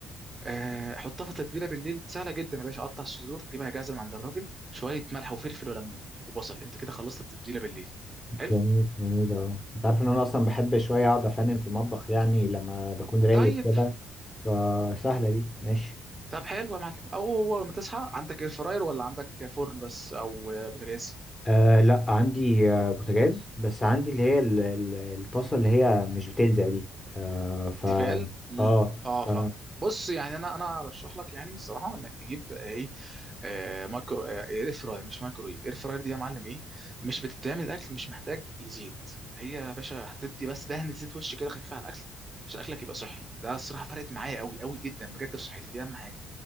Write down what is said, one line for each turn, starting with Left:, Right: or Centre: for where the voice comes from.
Right: آه، حطها في تتبيله بالليل سهله جدا يا باشا قطع الصدور جيبها جاهزه من عند الراجل شويه ملح وفلفل وليمون وبصل انت كده خلصت التتبيله بالليل حلو
Left: جميل جميل اه انت عارف ان انا اصلا بحب شويه اقعد افنن في المطبخ يعني لما بكون رايق
Right: طيب
Left: وكده فسهلة دي ماشي
Right: طب حلو يا معلم او اول ما تصحى عندك اير فراير ولا عندك فرن بس او آه، بوتاجاز
Left: آه لا عندي آه بوتاجاز بس عندي اللي هي ال- ال- الطاسة اللي هي مش بتلزق دي آه ف
Right: تيفال ال-
Left: اه
Right: اه
Left: ف...
Right: فهمت بص يعني انا انا ارشح لك يعني الصراحه انك تجيب آه، ايه آه مايكرو آه اير فراير مش مايكرويف اير فراير دي يا معلم ايه مش بتتعمل الاكل مش محتاج لزيت هي يا باشا هتدي بس دهن زيت وش كده خفيف على الاكل عشان اكلك يبقى صحي ده الصراحه فرقت معايا قوي قوي جدا بجد في صحتي دي اهم حاجه